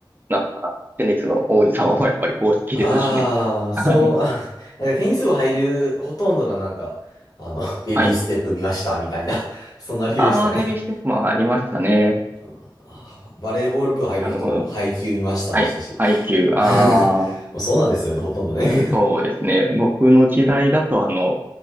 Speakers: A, on the right; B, on the left.
A: なったテニスの王子様もやっぱり公式ですしね。
B: ああ、そう、
A: はい。
B: あ、なんかテニス部入るほとんどがなんか、あの、ベビーステップ見ましたみたいな、
A: はい。
B: そんな理由でしたね。
A: ああベビーステップもありましたね。
B: うんあーバレーボール部入る人も配球見ましたでしたし。
A: なるほど。はい。ハイキュあー。
B: <laughs> もうそうなんですよね、ほとんどね。
A: そうですね。僕の時代だと、あの、